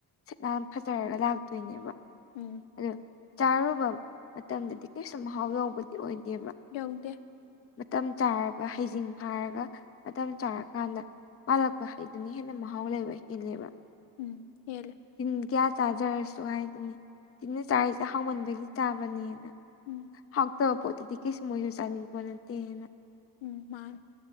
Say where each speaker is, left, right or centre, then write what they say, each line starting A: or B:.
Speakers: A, on the left; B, on the left.
A: ꯁꯤꯠ ꯅꯥꯟ ꯐꯖꯔꯒ ꯂꯥꯛꯇꯣꯏꯅꯦꯕ꯫
B: ꯎꯝ꯫
A: ꯑꯗꯨ ꯆꯥꯔꯨꯕ ꯃꯇꯝꯗꯗꯤ ꯀꯩꯁꯨ ꯃꯍꯥꯎ ꯌꯥꯎꯕꯗꯤ ꯑꯣꯏꯗꯦꯕ꯫
B: ꯌꯥꯎꯗꯦ꯫
A: ꯃꯇꯝ ꯆꯥꯔꯒ ꯍꯩꯖꯤꯡ ꯐꯥꯔꯒ ꯃꯇꯝ ꯆꯥꯔꯀꯥꯟꯗ ꯄꯥꯜꯂꯛꯄ ꯍꯩꯗꯨꯅ ꯍꯦꯟꯅ ꯃꯍꯥꯎ ꯂꯩꯕ ꯍꯦꯜꯂꯦꯕ꯫
B: ꯎꯝ ꯍꯦꯜꯂꯦ꯫
A: ꯇꯤꯟ ꯀꯌꯥ ꯆꯥꯖꯔꯁꯨ ꯍꯥꯏꯗꯨꯅꯤ ꯇꯤꯟꯅ ꯆꯥꯔꯤꯁꯦ
B: ꯎꯝ
A: ꯍꯥꯎꯃꯟꯕꯒꯤ ꯆꯥꯕꯅꯦꯅ꯫
B: ꯎꯝ꯫
A: ꯍꯥꯎꯇꯕ ꯄꯣꯠꯇꯗꯤ ꯀꯩꯁꯨ ꯃꯣꯏꯁꯨ ꯆꯥꯅꯤꯡ ꯄꯣꯠ ꯅꯠꯇꯦꯅ꯫
B: ꯎꯝ ꯃꯥꯅꯤ